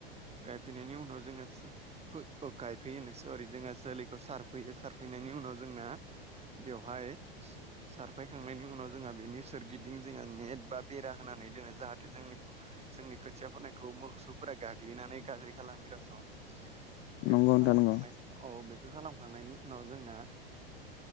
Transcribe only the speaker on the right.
गायफैनायनि उनाव जोंनिया फो ओ गायफैयोनो सरि जोंहा जोलैखौ सारफैयो सार फैनायनि उनाव जोंना बेवहाय सारफायखांनायनि उनाव जोंहा बेनि सोरगिदिं जोंहा नेट बा बेरा होनानै दोनो जाहाथे जोंनि जोंनि खोथिया फोनायखौ मोसौफोरा गाग्लिनानै गाज्रि खालाम <unintelligible> बेखौ
खालामखांनाय
औ बेखौ खालामखांनायनि उनाव जोंना